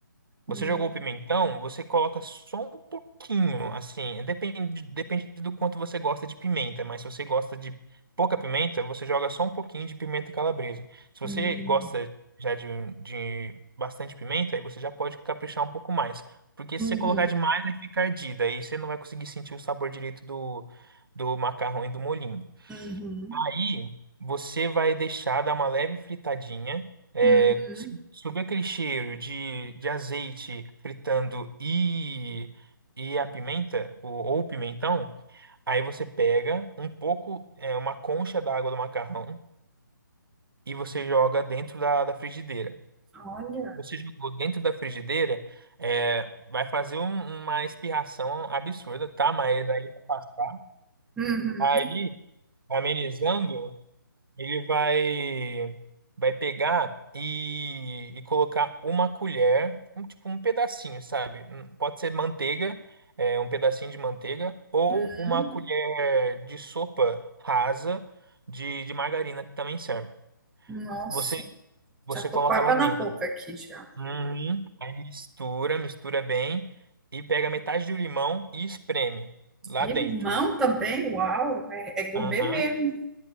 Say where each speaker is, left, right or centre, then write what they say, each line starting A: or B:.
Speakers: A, on the right; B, in the centre.
A: Você
B: uhum,
A: jogou o pimentão, você coloca só um pouquinho, assim, depende, depende do quanto você gosta de pimenta, mas se você gosta de pouca pimenta, você joga só um pouquinho de pimenta calabresa. Se você
B: uhum,
A: gosta já de, de bastante pimenta, aí você já pode caprichar um pouco mais. Porque
B: uhum,
A: se você colocar demais, aí fica ardida, aí você não vai conseguir sentir o sabor direito do, do macarrão e do molhinho.
B: uhum,
A: Aí você vai deixar dar uma leve fritadinha. É,
B: uhum.
A: se- subir aquele cheiro de, de azeite fritando e, e a pimenta, o- ou, o pimentão. Aí você pega um pouco, é, uma concha d'água do macarrão e você joga dentro da, da frigideira.
B: Olha.
A: Você jogou dentro da frigideira, é, vai fazer um- uma espirração absurda, tá? Mas aí vai passar.
B: Uhum,
A: Aí, amenizando. Ele vai vai pegar e, e colocar uma colher, um tipo um pedacinho, sabe? Um- Pode ser manteiga, é, um pedacinho de manteiga, ou
B: uhum.
A: uma colher de sopa rasa de, de margarina que também serve.
B: Nossa,
A: Você você
B: já tô
A: coloca
B: com água
A: lá dentro.
B: na boca aqui já.
A: Uhum. Aí mistura, mistura bem e pega metade do limão e espreme lá
B: Limão
A: dentro.
B: também, uau, é, é gourmet
A: Aham.
B: mesmo.
A: <laughs>